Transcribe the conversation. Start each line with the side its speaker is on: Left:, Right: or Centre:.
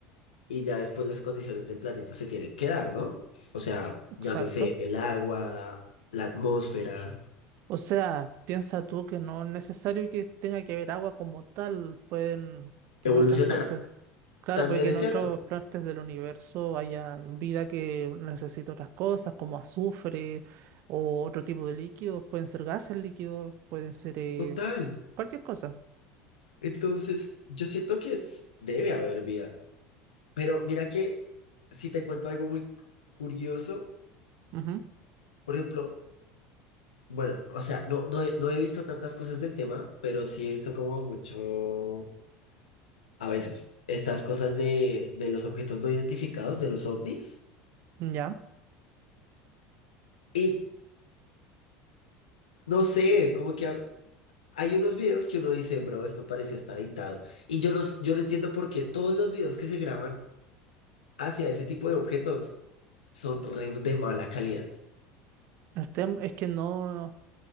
Left: Y ya después las condiciones del planeta se tienen que dar, ¿no? O sea,
Right: exacto.
Left: llámese el agua, la atmósfera,
Right: O sea, piensa tú que no es necesario que tenga que haber agua como tal, pueden que
Left: evolucionar.
Right: en otras partes, claro,
Left: También
Right: puede que
Left: es
Right: en
Left: cierto.
Right: otras partes del universo haya vida que necesite otras cosas, como azufre o otro tipo de líquidos, pueden ser gases líquidos, pueden ser eh,
Left: Total.
Right: cualquier cosa.
Left: Entonces, yo siento que s- debe haber vida. Pero mira que si te cuento algo muy curioso,
Right: Ujú,
Left: Por ejemplo, bueno, o sea, no, no he, no he visto tantas cosas del tema, pero sí he visto como mucho, a veces, estas cosas de, de los objetos no identificados, de los ovnis.
Right: Ya.
Left: Y no sé, como que ha- hay unos videos que uno dice, bro, esto parece hasta editado. Y yo no, s- yo no entiendo por qué todos los videos que se graban hacia ese tipo de objetos son re de mala calidad.
Right: El tema es que no.